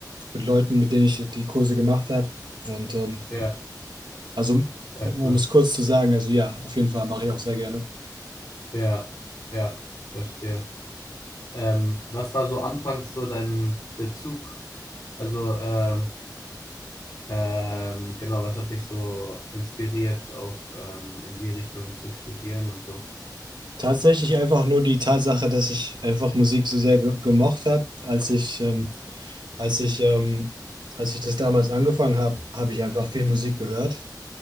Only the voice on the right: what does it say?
mit Leuten, mit denen ich die Kurse gemacht habe. Und ähm,
also,
um, um
es kurz zu sagen, also ja, auf jeden Fall mache ich auch sehr gerne.
Tatsächlich einfach nur die Tatsache, dass ich einfach Musik so sehr ge gemocht habe, als ich, ähm,
als ich, ähm, als ich das damals angefangen habe, habe ich einfach viel Musik gehört.